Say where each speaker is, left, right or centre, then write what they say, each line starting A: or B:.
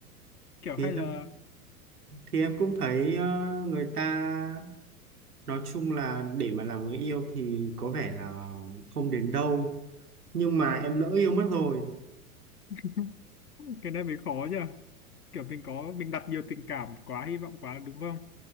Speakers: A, on the left; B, on the right.
A: kiểu
B: thì
A: hay là
B: em thì em cũng thấy ờ, người ta nói chung là để mà làm người yêu thì có vẻ là không đến đâu nhưng mà em
A: ừm,
B: lỡ yêu mất rồi
A: <laughs> cái này mới khó nhỉ kiểu mình có mình đặt nhiều tình cảm quá hy vọng quá đúng không